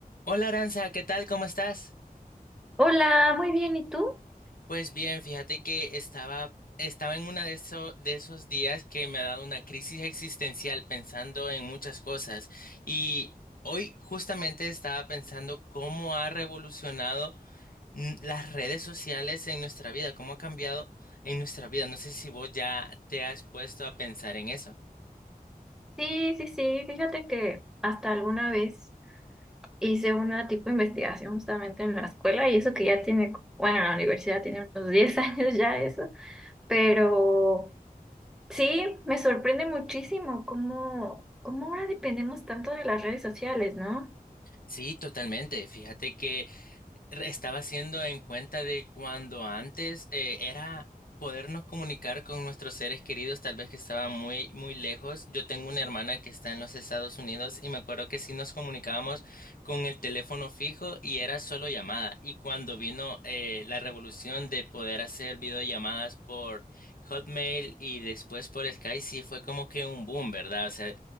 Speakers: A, on the left; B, in the centre.
A: Hola Aranza, ¿qué tal? ¿Cómo estás?
B: Hola, muy bien, ¿y tú?
A: Pues bien, fíjate que estaba, estaba en uno de, eso- de esos días que me ha dado una crisis existencial pensando en muchas cosas y hoy justamente estaba pensando cómo ha revolucionado mm, las redes sociales en nuestra vida, cómo ha cambiado en nuestra vida. No sé si vos ya te has puesto a pensar en eso.
B: Sí, sí, sí, fíjate que hasta alguna vez hice una tipo de investigación justamente en la escuela y eso que ya tiene, bueno, en la universidad tiene unos <laughs> 10 años ya eso, pero sí, me sorprende muchísimo cómo, cómo ahora dependemos tanto de las redes sociales, ¿no?
A: Sí, totalmente. Fíjate que Estaba haciendo en cuenta de cuando antes eh, era podernos comunicar con nuestros seres queridos, tal vez que estaban muy, muy lejos. Yo tengo una hermana que está en los Estados Unidos y me acuerdo que sí nos comunicábamos con el teléfono fijo y era solo llamada. Y cuando vino eh, la revolución de poder hacer videollamadas por Hotmail y después por Skype, sí fue como que un boom, ¿verdad? O sea,